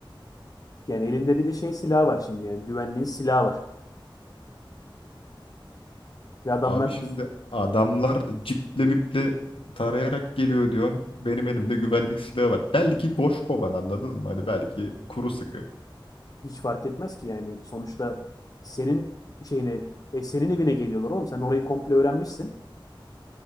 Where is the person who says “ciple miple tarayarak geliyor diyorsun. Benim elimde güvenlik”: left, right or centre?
Left